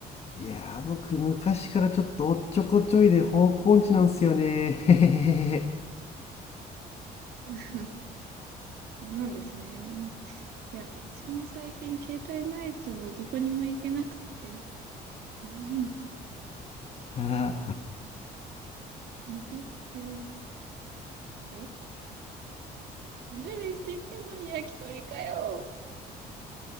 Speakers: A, on the left; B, on the right.
A: いやー僕昔からちょっとおっちょこちょいで方向音痴なんすよねへへへへ
B: <laughs> そうなんですね。いや、私も最近携帯ないとどこにも行けなくて、<laughs> うん
A: あ
B: もう、店って、え、おしゃれしてきたのに焼き鳥かよ。